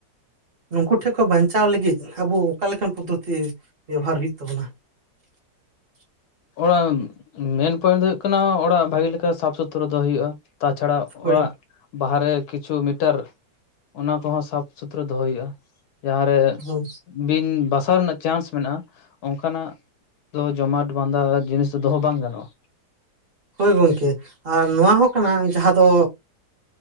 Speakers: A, on the right; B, on the left.
A: ᱱᱩᱠᱩ ᱴᱷᱮᱱ ᱠᱷᱚᱱ ᱵᱟᱧᱪᱟᱣ ᱞᱟᱹᱜᱤᱫ ᱟᱵᱩ ᱚᱠᱟ ᱞᱮᱠᱟᱱ ᱯᱚᱫᱽᱫᱷᱚᱛᱤ ᱵᱮᱣᱦᱟᱨ ᱦᱩᱭᱩᱜ ᱛᱟᱵᱚᱱᱟᱼᱼ <inaudible>
B: ᱚᱲᱟᱜ ᱢᱮᱱ ᱯᱚᱭᱮᱱᱴ ᱫᱚ ᱦᱩᱭᱩᱜ ᱠᱟᱱᱟ ᱚᱲᱟᱜ ᱵᱷᱟᱜᱤ ᱞᱮᱠᱟ ᱥᱟᱯ ᱥᱩᱛᱨᱚ ᱫᱚᱦᱚ ᱦᱩᱭᱩᱜᱼᱟ ᱛᱟᱪᱷᱟᱲᱟᱼᱼ
A: ᱦᱳᱭ
B: ᱚᱲᱟᱜ ᱵᱟᱦᱟᱨᱮ ᱠᱤᱪᱷᱩ ᱢᱤᱴᱟᱨ ᱚᱱᱟ ᱠᱚᱦᱚᱸ ᱥᱟᱯᱷ ᱥᱩᱛᱨᱟᱹ ᱫᱚᱦᱚᱭ ᱦᱩᱭᱩᱜᱼᱟ᱾ ᱡᱟᱦᱟᱸ ᱨᱮ
A: ᱦᱳᱭ
B: ᱵᱤᱧ ᱵᱟᱥᱟᱣ ᱨᱮᱱᱟᱜ ᱪᱟᱱᱥ ᱢᱮᱱᱟᱜᱼᱟ ᱚᱱᱠᱟᱱᱟᱜᱼᱼ ᱡᱚᱢᱟᱴ ᱵᱟᱸᱫᱟ ᱡᱤᱱᱤᱥ ᱫᱚ ᱫᱚᱦᱚ ᱵᱟᱝ ᱜᱟᱱᱚᱜᱼᱟ᱾
A: ᱦᱳᱭ ᱜᱚᱢᱠᱮ ᱟᱨ ᱱᱚᱣᱟ ᱦᱚᱸ ᱠᱟᱱᱟ ᱡᱟᱦᱟᱸ ᱫᱚᱼᱼ